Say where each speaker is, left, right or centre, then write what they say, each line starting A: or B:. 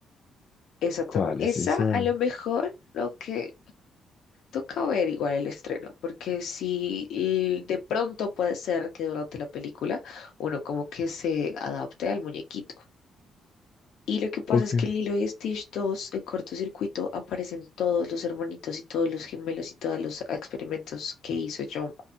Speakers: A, on the left (about 75°); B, on the left (about 45°).
A: Esa,
B: ¿cuál
A: tam- esa
B: es esa?
A: a lo mejor, aunque toca ver igual el estreno, porque si y de pronto puede ser que durante la película uno como que se adapte al muñequito. Y lo que pasa
B: Ok.
A: es que en Lilo y Stitch dos, en cortocircuito, aparecen todos los hermanitos y todos los gemelos y todos los experimentos que hizo John.